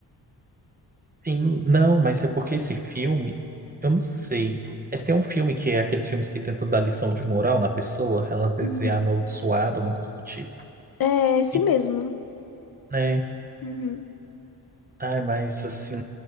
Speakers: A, on the right; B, on the left.
A: Sim, não, mas é porque esse filme, eu não sei. Mas tem um filme que é aqueles filmes que tentam dar lição de moral na pessoa, ela vai
B: Uhum.
A: ser é amaldiçoada, alguma coisa do tipo.
B: É, esse
A: E,
B: mesmo.
A: né?
B: Uhum.
A: Ai, mas assim,